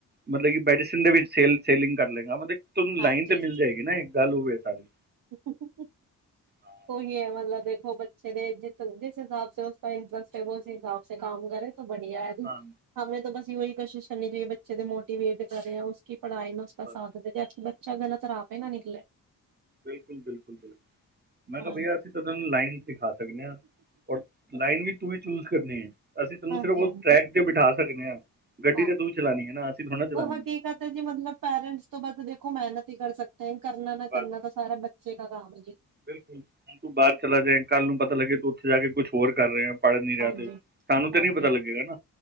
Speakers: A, on the right (about 25°); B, on the right (about 55°).
A: ਮਤਲਬ ਕਿ ਮੈਡੀਸਨ ਦੇ ਵਿੱਚ ਸੇਲ ਸੇਲਿੰਗ ਕਰਲੇਂਗਾ ਮਤਲਬ ਤੁਹਾਨੂੰ
B: ਹਾਂਜੀ
A: ਲਾਈਨ ਤੇ ਮਿਲ ਜਾਏਗੀ ਨਾ ਇੱਕ ਗੱਲ ਓਹ ਵੇ ਸਾਰੀ
B: <inaudible>
A: ਹਾਂ
B: ਕੋਹੀ ਹੈ ਮਤਲਬ ਦੇਖੋ, ਬੱਚੇ ਦੇ ਜਿਸ-ਜਿਸ ਹਿਸਾਬ ਉਸ ਇੰਟਰਸਟ ਹੈ ਉਸ ਹਿਸਾਬ ਕੰਮ ਕਰੇ। ਬੜੀਆ ਹੈ, ਜੀ
A: ਹਾਂ,
B: ਹਮੇ ਤਾਂ ਬਸ ਇਹੀ ਕੋਸ਼ਿਸ਼ ਕਰਨੀ ਚਾਹੀਏ, ਬੱਚੇ ਦੇ ਮੋਟੀਵੇਟ ਕਰੇ ਉਸ ਪੜ੍ਹਾਈ ਮੈਂ ਉਸ
A: ਬਸ
B: ਸਾਧਨ ਦੇ ਕਿ, ਬੱਚਾ ਗਲਤ ਰਾਹ ਪਏ ਨਾ ਨਿਕਲੇ
A: ਬਿਲਕੁਲ ਬਿਲਕੁਲ ਬਿਲਕੁਲ ਮੈਂ ਕਿਹਾ
B: ਹਾਂਜੀ
A: ਬਈਆ ਅਸੀਂ ਤੇਨੂੰ ਲਾਈਨ ਦਿਖਾ ਸਕਦੇ ਹਾਂ ਔਰ ਲਾਈਨ ਵੀ ਤੂੰ ਵੀ ਚੂਜ ਕਰਨੀ ਹੈ ਅਸੀਂ ਤੈਨੂੰ
B: ਹਾਂਜੀ
A: ਸਿਰਫ ਉਸ ਟਰੈਕ ਬਿਠਾ ਸਕਦੇ ਹਾਂ ਗੱਡੀ
B: ਹਾਂਜੀ
A: ਤੇ ਤੂੰ ਚਲਾਣੀ ਹੈ ਨਾ ਅਸੀਂ ਥੋੜਾ ਚਲਾਣੀ
B: ਉਹ ਹਕੀਕਤ ਹੈ ਜੀ ਮਤਲਬ ਪੇਰੈਂਟਸ ਤੋਂ ਬਸ ਦੇਖੋ ਮਿਹਨਤ ਹੀ ਕਰ ਸਕ ਕਰਨਾ ਨਾ
A: ਬਸ
B: ਕਰਨਾ ਤਾਂ ਸਾਰਾ ਬੱਚੇ ਕਾ ਕੰਮ ਹੈ ਜੀ
A: ਬਿਲਕੁਲ ਹੁਣ ਤੂੰ ਬਾਹਰ ਚਲਾ ਜਾਏ ਕੱਲ੍ਹ ਨੂੰ ਪਤਾ ਲੱਗੇ ਤੂੰ ਉੱਥੇ ਜਾ ਕੇ ਕੁਛ ਹੋਰ ਕਰ ਰਿਹਾ ਪੜ੍ਹ ਨੀ ਰਿਹਾ
B: ਹਾਂਜੀ
A: ਤੇ ਸਾਨੂੰ ਤਾਂ
B: ਹਾਂਜੀ
A: ਨੀ ਪਤਾ ਲੱਗੇਗਾ ਨਾ